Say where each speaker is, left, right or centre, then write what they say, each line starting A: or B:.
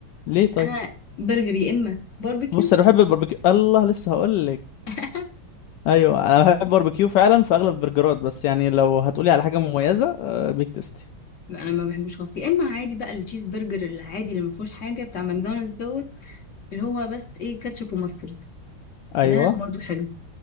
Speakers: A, on the left; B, on the left.
A: ليه طيب
B: انا برجر يا اما باربيكيو
A: بص انا بحب الباربيكيو الله لسه هقول لك
B: <laughs>
A: ايوه انا بحب الباربيكيو فعلا في اغلب البرجرات بس يعني لو هتقولي على حاجه مميزه آه، بيك تيستي
B: انا ما بحبوش خالص يا اما عادي بقى التشيز برجر العادي اللي ما فيهوش حاجه بتاع ماكدونالدز دوت اللي هو بس ايه كاتشب وماسترد
A: ايوه
B: ده برضو حلو